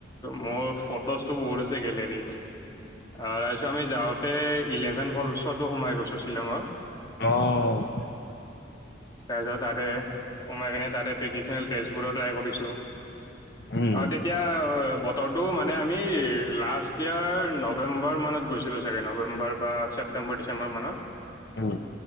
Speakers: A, on the left; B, on the left.
A: মোৰ ফটোজটো বহুত আছে গেলেৰীত। আহ, তাৰপিছত আমি যাওঁতে, ইলেভেন ফলছতো সোমাই গৈছো শ্বিলঙৰ।
B: অ'
A: তাৰপিছত তাতে সমাই কেনে তাতে ট্ৰেডিচনেল ড্ৰেচবোৰও ট্ৰাই কৰিছো।
B: উম
A: অ, তেতিয়া অ বতৰটো মানে আমি লাষ্ট ইয়েৰ নৱেম্বৰ মানত গৈছিলোঁ চাগে নৱেম্বৰ বা চে <unintelligible> ডিচেম্বৰ মানত।
B: <unintelligible>